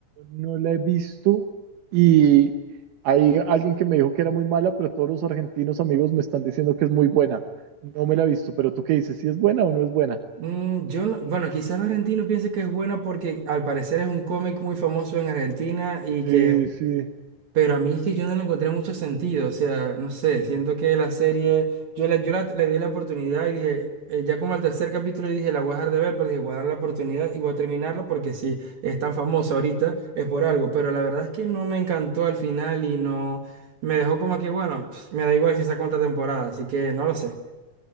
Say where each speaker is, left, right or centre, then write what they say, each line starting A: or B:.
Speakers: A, on the right; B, on the right.
A: no la he visto y hay alguien que me dijo que era muy mala, pero todos los argentinos amigos me están diciendo que es muy buena. No me la he visto, pero tú qué dices, ¿si es buena o no es buena?
B: Mm, yo no- bueno, quizás los argentinos piensen que es buena porque al parecer es un cómic muy famoso en Argentina y que,
A: Sí, sí.
B: pero a mí es que yo no le encontré mucho sentido, o sea, no sé, siento que la serie, yo, la, yo la- le di la oportunidad y dije, eh, ya como al tercer capítulo dije, la voy a dejar de ver, pero dije, voy a dar la oportunidad y voy a terminarla porque si es tan famosa ahorita es por algo, pero la verdad es que no me encantó al final y no, me dejó como que, bueno, pf, me da igual si saca otra temporada, así que no lo sé,